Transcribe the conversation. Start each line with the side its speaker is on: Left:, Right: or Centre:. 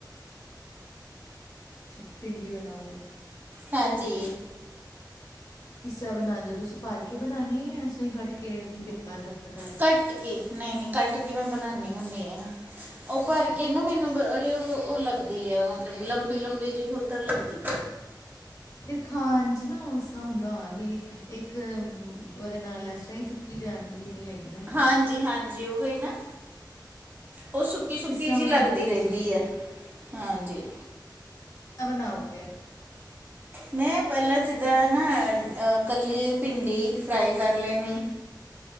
Left: ਅੱਛਾ ਭਿੰਡੀ ਬਣਾਓਗੇ।
Right: ਹਾਂਜੀ
Left: ਕਿਸ ਤਰ੍ਹਾਂ ਬਣਾਂਦੇ ਹੋ ਤੁਸੀਂ ਭਰ ਕੇ ਬਣਾਣੀ ਹੈ ਜਾਂ ਇਸ ਤਰ੍ਹਾਂ ਹੀ ਕੱਟ ਕੇ ਪਿਆਜ ਅਦਰਕ ਦਾ ਤੜਕਾ ਲ
Right: ਕੱਟ ਕੇ ਨਹੀਂ-ਨਹੀਂ ਕੱਟ ਕੇ ਮੈਂ ਬਣਾਂਨੀ ਹੁੰਨੀ ਹਾਂ। ਉਹ ਭਰ
Left: ਅੱਛਾ
Right: ਕੇ ਨਾ ਮੈਨੂੰ ਬੜੀ ਉਹ-ਉਹ ਲੱਗਦੀ ਆ ਮਤਲਬ ਲੰਬੀ-ਲੰਬੀ ਜਿਹੀ ਹੋਰ ਤਾਂ ਲੱਗਦੀ।
Left: ਫਿਰ ਖਾਣ 'ਚ ਨਾ ਉਸ ਤਰ੍ਹਾਂ ਹੁੰਦਾ ਹੋਣਾ ਕਿ ਇੱਕ ਉਹਦੇ ਨਾਲ ਲੈ ਇਸ ਤਰਾਂ ਚੁ ਕੀ ਜਾਣਦੀ ਨਹੀਂ ਹੈਗੀ ਨਾ।
Right: ਹਾਂਜੀ-ਹਾਂਜੀ ਉਹ ਹੀ ਨਾ ਉਹ ਸੁ ਸੁੱਕੀ-ਸੁੱਕੀ
Left: ਕਿਸ ਤਰ੍ਹਾਂ
Right: ਜੀ
Left: ਬਣਾਓਗੇ
Right: ਲੱਗਦੀ ਰਹਿੰਦੀ
Left: ਤੁਸੀਂ
Right: ਹੈ ਹਾਂਜੀ।
Left: ਦਾਂ ਬਣਾਓਗੇ। <inaudible>
Right: ਮੈਂ ਪਹਿਲਾਂ ਜਿੱਦਾਂ ਨਾ ਕੱਲੀ ਭਿੰਡੀ ਫਰਾਈ ਕਰ ਲੈਣੀ।